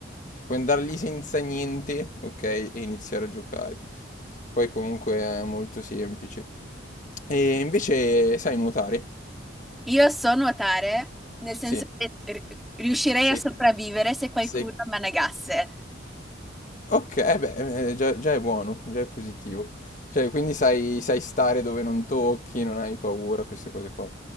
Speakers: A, on the left (about 40°); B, in the centre.
A: puoi andare lì senza niente, ok, e iniziare a giocare. Poi comunque è molto semplice. E invece sai nuotare?
B: Io so nuotare, nel senso
A: Sì,
B: che r- riuscirei
A: sei,
B: a sopravvivere se qualcuno
A: sei...
B: mi annagasse.
A: Ok, eh beh, eh, eh, già, già è buono, già è positivo. Cioè, quindi sai, sai stare dove non tocchi, non hai paura, queste cose qua.